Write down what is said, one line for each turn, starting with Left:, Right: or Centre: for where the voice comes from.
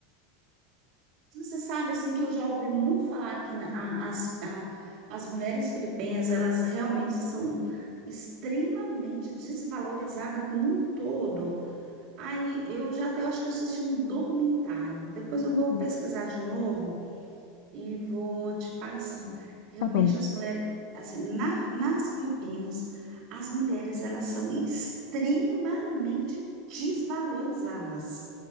Right: Você sabe, assim, que eu já ouvi muito falar que na- a- as, a- as mulheres filipinas, elas realmente são extremamente desvalorizadas como um todo. Aí, eu já até acho que eu assisti um documentário, depois eu vou
Left: Hum,
Right: pesquisar de novo, E vou te passar. Realmente
Left: Tá bom.
Right: as mulheres, assim, na- nas Filipinas, as mulheres elas são extremamente desvalorizadas,